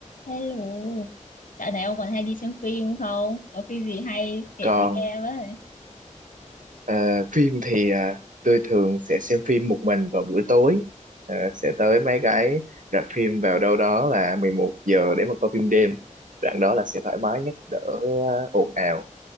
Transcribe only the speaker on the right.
còn
ờ, phim thì ờ, tôi thường sẽ xem phim một mình vào buổi tối Ờ, sẽ tới mấy cái rạp phim vào đâu đó là 11 giờ để mà coi phim đêm đoạn đó là sẽ thoải mái nhất đỡ ờ, ồn ào